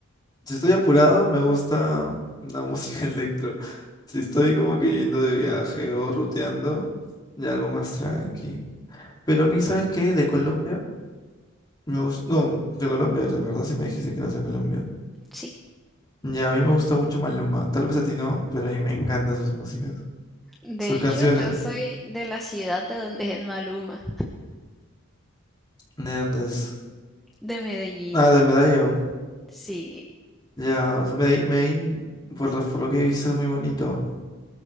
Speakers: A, on the left; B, in the centre.
A: Si estoy apurado, me gusta una <laughs> música electro. Si estoy como que yendo de viaje o ruteando, ya algo más tranqui. Pero a mí, ¿sabes qué? De Colombia, me gusta, no, de Colombia, de verdad sí me dijiste que eras de Colombia.
B: Sí,
A: Ya, a mí me gusta mucho Maluma. Tal vez a ti no, pero a mí me encantan sus músicas,
B: de
A: sus
B: hecho
A: canciones.
B: yo soy de la ciudad de donde es Maluma.
A: ¿De dónde es?
B: De Medellín,
A: Ah, de Medallo.
B: sí.
A: Ya, o sea, Medellín, Medellín, por lo, por lo que viste es muy bonito.